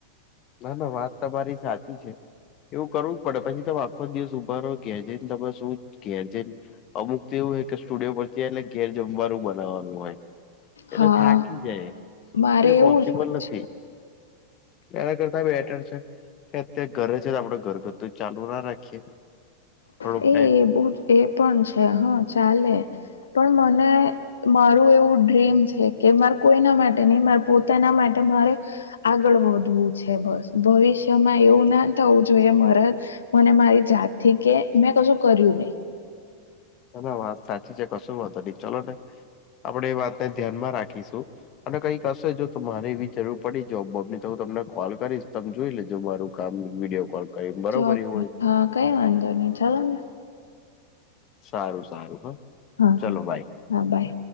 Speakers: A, on the left (about 35°); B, on the left (about 70°).
A: ના ના વાત તમા મારી સાચી છે. એવું કરવું જ પડે પછી તમે આખો જ દિવસ ઉઊભા રહો ઘેર છેને તમે શું ઘેર છેન અમુક તો એવું હોય કે સ્ટુડિયો પરથીલે ઘેર જમવારું બનાવવાનું હોય. એને
B: હા
A: થાકી જાય
B: મારે
A: એ
B: એવું
A: પોસિબલ
B: જ હોય
A: નથી.
B: છે
A: એના કરતા બેટર છે અત્યારે ઘરે છે આપડ ઘરગથ્થું ચાલુ ના રાખીએ. થોડોક
B: એ
A: ટાઈમ
B: એ બું જ એ પણ છે હા ચાલે. પણ મને મારું એવું ડ્રીમ છે કે મારે કોઈના માટે નહીં મા પોતાના માટે મારે આગળ વધવું છે બસ. ભવિષ્યમાં એવું ના થવું જોઈએ મારા મને મારી જાતથી કે મેં કશું કર્યું નહી.
A: હ ના વાત સાચી છે કશું વાંધ નહી ચલો ને આપડે એ વાતને ધ્યાન માં રાખીશું અને કંઈક હશે જો તો મારે એવી જરૂર પડી જબબ ની તો હું તમને કોલ કરીશ તમે જોઈ લેજો મારું. Video call. કરીને બરોબર
B: ચોક્કસ
A: એવું હોય
B: હા કઈ વાંધો નહી ચાલ ને.
A: સારું સારું હા
B: હા
A: ચલો બાય.
B: હા બાય